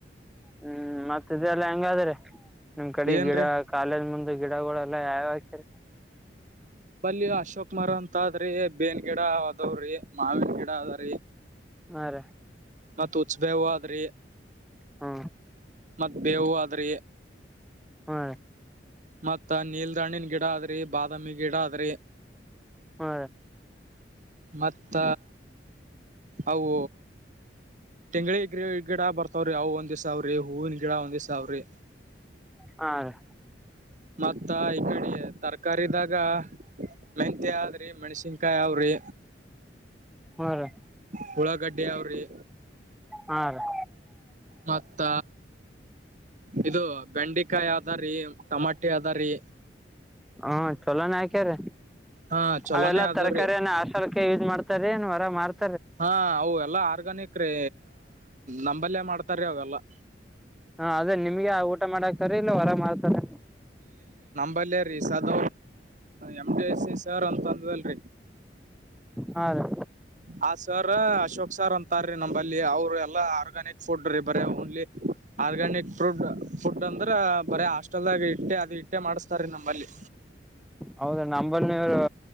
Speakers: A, in the centre; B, on the right (about 45°).
A: ಹ್ಮ್ ಮತ್ತ ಇದೆಲ್ಲ ಹೆಂಗಾದ್ರೆ ನಿಮ್ ಕಡೆ
B: ಏನ್ರೀ
A: ಗಿಡ ಕಾಲೇಜ್ ಮುಂದೆ. ಗಿಡಗಳೆಲ್ಲ ಯಾವವು ಹಾಕಿರಿ.
B: ಈಗ ಅಶೋಕ ಮರ ಅಂತ ಅದ್ರಿ ಬೇನ್ ಗಿಡ ಅದವ್ರಿ ಮಾವನ್ ಗಿಡ ಅದ್ರೀ.
A: ಹಾ ರೀ.
B: ಮತ್ ಉಚ್ಬೇವು ಆದ್ರಿ.
A: ಹಾ.
B: ಮತ್ ಬೇವು ಆದ್ರಿ.
A: ಹಾ.
B: ಮತ್ತ ನೀಲ್ದಾಹಣ್ಣು ಗಿಡ ಆದ್ರಿ ಬಾದಾಮಿ ಗಿಡ ಆದ್ರಿ.
A: ಹ್ಮ
B: ಮತ್ತ ಅವು ತಿಂಗಗಳಿ ಗಿ ಗಿಡ ಬರ್ತಾವ್ರಿ ಯಾವವು ಒಂದ್ ಸಾವ್ರಿ ಹೂವಿನ ಗಿಡ ಒಂದೇ್ ಸಾವ್ರಿ
A: ಹಾದ
B: ಮತ್ತ ಈ ಕಡೆ ತರಕಾರಿದಾಗ ಮೆಹಂತಿ ಆದ್ರಿ ಮೆಣಸಿನ್ಕಾಯಿ ಅವಾವ್ರಿ
A: ಹ್ಮ್ ರೀ
B: ಹಳಾಗಡ್ಡೆ ಅವ್ರಿ
A: ಹಾ ರೀ
B: ಮತ್ತ ಇದು ಬೆಂಡೆಕಾಯಿ ಅದಾರೀ ಟಮಾಟೆ ಅದಾರಿ
A: ಹ್ಮ ಚಲೋನ ಹಾಕ್ಯ್ರ
B: ಹಾ ಚೊಲೋನೇ
A: ಅವೆಲ್ಲ
B: ಅದಾವ್ರಿ
A: ತರಕಾರಿಯನ್ನ ಹಸಲ್ಕ ಯೂಸ್ ಮಾಡ್ತ ರೇನ್ರ ಮ್ತ
B: ಹಾ ಅವ ಎಲ್ಲಾ ಆರ್ಗಾನಿಕ್ ರೀ ನಂಬಲ್ಯ ಮಾಡ್ತಾರೀ ಅವೆಲ್ಲಾ
A: ಹಾ ಅದೇ ನಿಮ್ಗೆ ಊಟ ಮಾಡಾಕ್ತಾರೆ ಇಲ್ಲ ಹೊರ ಮಾಡ್ತಾರೆ
B: ಬಲ್ ರೀ ಸದ ಎಮ ಸಿ ಸರ್ ಅಂತಂದ್ವಲ್ರಿ
A: ಹಾ ರೀ
B: ಆ ಸರ್ ಅಶೋಕ್ ಸರ್ ಅಂತಾರೀ ನಂಬಲ್ಲಿ ಅವರು ಎಲ್ಲಾ ಆರ್ಗ್ಯಾನಿಕ್ ಫುಡ್ ಬರ ನ್ಲಿ ಆರ್ಗ್ಯಾನಿಕ್ ಫುಡ್ ಫುಡ್ ಅಂದ್ರ ಬರ ಹಾಸ್ಟೆಲ್ದಾಗ ಇಟ್ಟೆ ಅದು ಇಟ್ಟೆ ಮಾಡ್ಸ್ ಸರಿ ನಂಬಲ್ಲಿ
A: ಹೌದ ನಂಬಲ್ಲಿನವರು